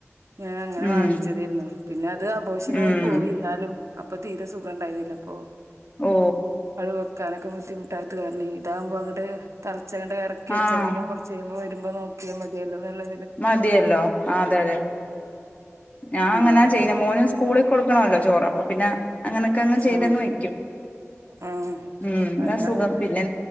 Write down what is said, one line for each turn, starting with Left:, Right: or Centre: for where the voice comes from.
Right: ഞാൻ അങ്ങനെ
Left: ഉം
Right: വാങ്ങിച്ചതരുന്നു പിന്നത് അത് അബോഷനായി
Left: ഉം
Right: പോയി എന്നാലും അപ്പൊ തീരെ സുഖം ഉണ്ടായിരുന്നില്ല പ്പൊ
Left: ഓ
Right: വെക്കാനൊക്കെ ബുദ്ധിമുട്ടായത് കാരണെ ഇതാകുംമ്പോ അങ്ങട്ട് തൾ കുറച്ചുങ്ങട്ട് ഇറക്കി വെച്ചാ
Left: ആഹ്
Right: പിന്ന കുറച്ച് കഴുമ്പോ വരുമ്പോ നോക്കിയാ മതിയല്ലോ നല്ലേ
Left: മതിയല്ലോ അതെ അതെ ഞാൻ
Right: പിന്നെ
Left: അങ്ങനാ ചെയ്യുന്ന മോന് സ്കൂളിൽ കൊടുക്കണല്ലോ ചോറ് അപ്പൊ പിന്നെ അങ്ങനൊക്കെ അങ്ങ് ചെയ്തങ്ങ്
Right: ആഹ്
Left: വെക്കും
Right: ആഹ്
Left: ഉം അതാ
Right: അന്ന്
Left: സുഖം
Right: അങ്ങനെ
Left: പിന്നെ